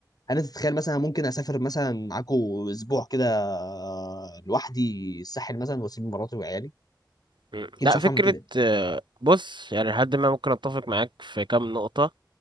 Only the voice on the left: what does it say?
انا تتخيل مثلا ممكن اسافر مثلا معاكو اسبوع كده آه، لوحدي الساحل مثلا واسيب مراتي وعيالي
اكيد
مش هعرف
اعمل كده